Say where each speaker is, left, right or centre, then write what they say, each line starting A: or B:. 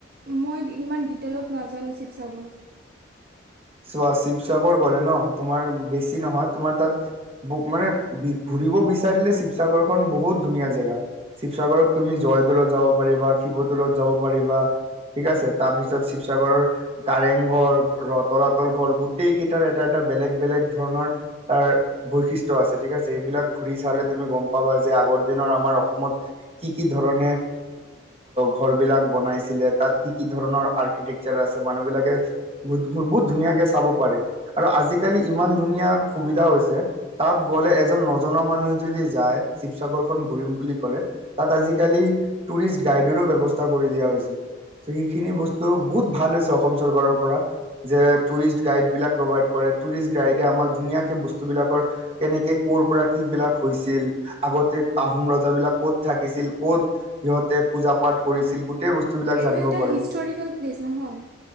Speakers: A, on the right; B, on the right.
A: মই ইমান ডিটেইলত নাজানো শিৱসাগৰ।
B: চোৱা শিৱসাগৰ গ'লে ন তোমাৰ বেছি নহয়, তোমাৰ তাত মানে ঘূৰিব বিচাৰিলে শিৱসাগৰখন বহুত ধুনীয়া জেগা। শিৱসাগৰত তুমি জয়দৌলত যাব পাৰিবা শিৱদৌলত যাব পাৰিবা। ঠিক আছে তাৰ পিছত শিৱসাগৰৰ কাৰেংঘৰ ৰদ তলাতল ঘৰ গোটেই কেইটাৰ এটা এটা বেলেগ বেলেগ ধৰণৰ তাৰ বৈশিষ্ট্যৰ আছে ঠিক আছে, এইবিলাক ঘূৰি চালে তুমি গম পাবা যে আগৰ দিনৰ আমাৰ অসমত কি কি ধৰণে ঘৰ বিলাক বনাইছিলে তাত কি কি ধৰণৰ আৰ্কিটেকচাৰ আছে মানুহ বিলাকে বহুত ধুনীয়াকে চাব পাৰে আৰু আজিকালি ইমান ধুনীয়া সুবিধা হৈছে। তাত গ'লে এজন নজনা মানুহে যদি যায় শিৱসাগৰ খন ঘূৰিম বুলি ক'লে তাত আজিকালি টুৰিষ্ট গ্ৰাইডৰো ব্যৱস্থা কৰি দিয়া হৈছে। সেইখিনি বস্তু বহুত ভাল হৈছে। অসম চৰকাৰৰ পৰা যে টুৰিষ্ট
A: তুম
B: গাইড বিলাক প্ৰভাইড কৰে। টুৰিষ্ট গাইডে আমাক ধুনীয়াকে বস্তু বিলাকৰ কেনেকে কৰ পৰা কি বিলাক হৈছিল। আগতে আহোম ৰজাবিলাক কত থাকিছিল। ক'ত সিহঁতে পূজা পাঠ কৰিছিল। গোটেই বস্তু বিলাক
A: এইটো
B: জানিব
A: এটা
B: পাৰো।
A: হিষ্টৰিকেল প্লেচ নহয়